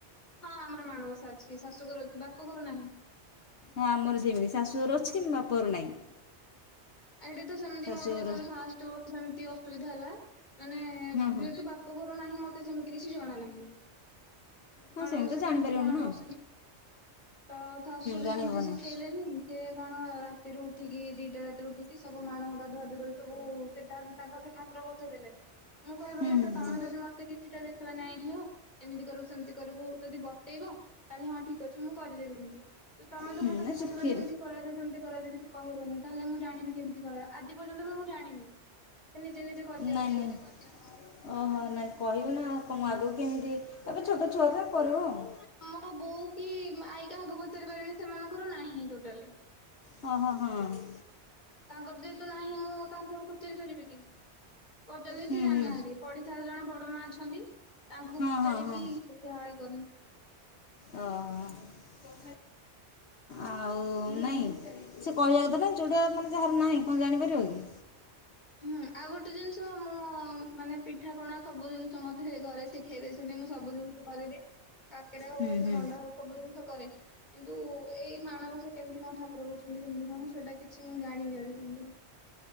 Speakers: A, on the left; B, on the left.
A: ହଁ ଆମର ମାଣବସା ଅଛି ଶାଶୁଘର ଅଛି ବାପ ଘରୁ ନାହିଁ।
B: ହଁ ଆମର ସେମିତି ଶାଶୁଘର ଅଛି ଉମ୍ ବାପର ନାଇଁ।
A: ଏଇଠି ତ ସେମିତି
B: ଶାଶୁଘର
A: ମୋର କଇଲି ଫାଷ୍ଟ ବର୍ଷ ସେମତି ଅସୁବିଧା ହେଲା ମାନେ ଉଁ
B: ହଁ
A: ଯେହେତୁ
B: ହଁ
A: ବା ପ ଘର ନାହିଁ ମତେ ସେମତି କିଛି ଜଣା ନାହିଁ।
B: ହଁ
A: ମାଣବସା
B: ସେମିତି ତ ଜାଣିପାରିବନି
A: କେମତି କଣ
B: ନା
A: ବ
B: ହୁଁ
A: ତ ଶାଶୁ ବି
B: ଜାଣିହେବନି
A: ସେମତି ଶିଖେଇଲେନି
B: ହୁଁ
A: ସିଏ କଣ ରାତିରୁ ଉଠିକି ଦିଟା ରାତିରୁ ଉଠି କି ସବୁ ମାଣ ଗାଧୁଆଗାଧି କରି ସବୁ ସେ ତା ତାଙ୍କର ସେ ଠାକୁର ବସେଇ ଦେଲେ। ମୁଁ କହିବା
B: ହୁଁ
A: କଥା ତମେ
B: ହୁଁ
A: ଯଦି ମତେ କିଛିଟା ଦେତେଇବା ନାଇଁ ଝିଅ ଏମିତି କରିବୁ ସେମତି କରିବୁ ଯଦି ବତେଇବ ତାହେଲେ ହଁ ଠିକ ଅଛି ମୁଁ କରିଦେବି ସେମିତି। ଯେ ତମେ
B: ହୁଁ
A: ତ ମତେ
B: ନା
A: କହିବନି,
B: ଶିଖି
A: ଏମିତି କରାଯାଏ ସେମତି କରାଯାଏ ଯଦି କିଛି କହିବନି ତାହେଲେ ମୁଁ ଜାଣିବି କେମତି କରାଏ ଆଜି ପର୍ଯ୍ୟନ୍ତ ମୁଁ ମୁଁ ଜାଣିନି। ସେ ନିଜେ ନିଜେ କରିଦିଅନ୍ତି
B: ନାଇଁ ନାଇଁ
A: ସବୁ।
B: ଓହୋ ନାଇଁ କହିବୁ ନା କଁ ମୁଁ ଆଗୁକୁ କେମିତି ଏବେ ଛୋଟ ଛୁଆଟା କରିବ ଆଉ।
A: ହଁ ବୋଉ କି ଉମ ଆଈ କାହାକୁ ପଚାରି ପାରିବିନି ସେମାନଙ୍କର ନାହିଁ ହିଁ ଟୋଟାଲି।
B: ହଁ ହଁ ହଁଅଁ।
A: ତାଙ୍କର ଯେହେତୁ ନାହିଁ ମୁଁ ତାଙ୍କୁ ଆଉ ପଚାରି ପାରିବି କି ପଚାରଲେବି
B: ହୁଁ
A: ସେ ଜାଣନାହାନ୍ତି
B: ହୁଁ
A: ପଡି ଏଠାରେ ଜଣେ ବଡ ମା ଅଛନ୍ତି ତାଙ୍କୁ
B: ହଁ
A: ପଚାରିକି
B: ହଁ ହଁ
A: ପ୍ରାୟ କରେ।
B: ଓହୋ। ଆଉ ନାଇଁ ସେ କହିବାକୁ ଥିଲା ନା ଯୋଉଟା ମାନେ ଯାହାର ନାହିଁ କଣ ଜାଣିପାରିବନି।
A: ହୁଁ ଆଉ ଗୋଟେ ଜିନିଷ ମୁଁ ମାନେ ପିଠା ପଣା ସବୁ ଜିନିଷ ମତେ ଘରେ ଶିଖେଇ ଦେଇି ମୁଁ ସବୁ ଜିନିଷ କରେବେ କାକେରା ହଉ
B: ହୁଁ
A: ସେ
B: ହୁଁ।
A: ମଣ୍ଡା ହଉ ସବୁ ଜିନିଷ କରେ। କିନ୍ତୁ ଏଇ ମାଣବସା କେମିତି କଣ ଠାକୁର କହୁଛନ୍ତି କେମିତି କଣ ସେଇଟା କିଛି ମୁଁ ଜାଣିନି ଆଜି ପଯ୍ୟ